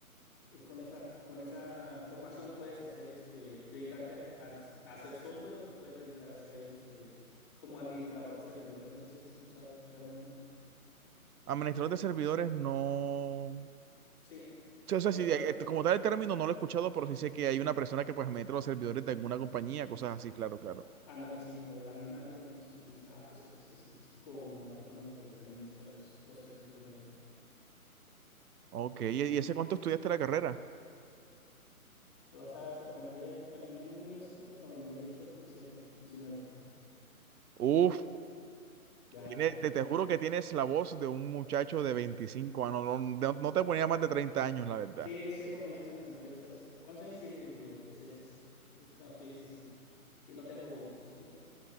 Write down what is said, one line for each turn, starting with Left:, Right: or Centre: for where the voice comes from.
Left: Eh, con esa, con esa formación puedes hacer este, dedicarte a, a- a hacer software o te puedes dedicar a ser este, como administrador de servidores. No sé si has escuchado ese término.
Right: Administrador de servidores no.
Left: Sí.
Right: Sí, O sea,
Left: Por
Right: sí,
Left: ejemplo,
Right: eh, eh, como tal el término no lo he escuchado, pero sí sé que hay una persona que pues administra los servidores de alguna compañía, cosas así, claro, claro.
Left: Ah, Ándale, sí, o la misma nube, ¿no? Si dicen, ah, pues es, es el chico o la persona que administra los, los servicios de la nube.
Right: Ok,
Left: Entonces,
Right: ¿y y ese cuánto estudiaste la carrera?
Left: te vas a sorprender. Terminé en mil novecientos noventa y ocho diciembre diecinueve
Right: Uf,
Left: Ya,
Right: tiene-
Left: ya es
Right: te,
Left: bastante.
Right: te juro que tienes la voz de un muchacho de 25 años, no, no no te ponía más de 30 años, la verdad.
Left: Sí, sí, eso me dicen en las entrevistas. ¿Cuántos años tienes? Le digo, pues estos, este, no te dices así. Sí, no tengo voz de señor.